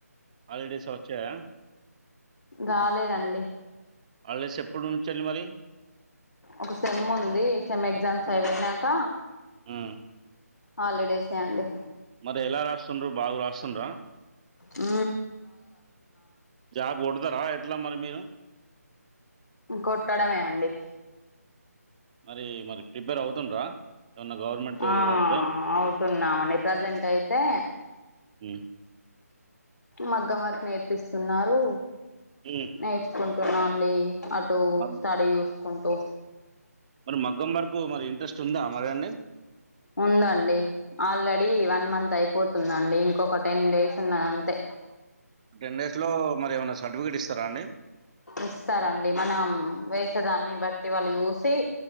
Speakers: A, on the right; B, on the left.
A: హాలిడేస్ వచ్చాయా
B: రాలేదండి
A: వాళ్ళసి ఎప్పుడు ఉంచండి మరి
B: ఒక సెమ్ ఉంది సెమ్ ఎగ్జామ్స్ అయిపోయినాక
A: ఆ
B: హాలిడేసే అండి
A: మరి ఎలా రాస్తుండ్ర బాగు రాస్తుండ్రా
B: ఉ
A: జాబ్ కొడతారా ఎట్లా మరి మీరు
B: కొట్టడమే అండి
A: మరి మరి ప్రిపేర్ అవుతుండ్రా ఏమన్నా గవర్నమెంట్
B: ఆ
A: పడితే
B: అవుతున్నామండి ప్రజెంట్ అయితే
A: ఉమ్,
B: మగ్గం వరకు నేర్పిస్తున్నారు
A: ఉమ్.
B: నేర్చుకుంటున్నాండి అటు
A: మగ్-
B: స్టడీ చూసుకుంటూ
A: మరి మగ్గం వరకు మరి ఇంట్రెస్ట్ ఉందా మరి అండి
B: ఉందండి ఆల్రెడీ వన్ మంత్ అయిపోతుందండి ఇంకొక టెన్ డేస్ ఉన్నదంతే
A: ఇడు టెన్ డేస్ లో మరి ఏమైనా సర్టిఫికేట్ ఇస్తారా అండి
B: ఇస్తారంండి మనం వేసే దాన్ని బట్టి వాళ్ళు చూసి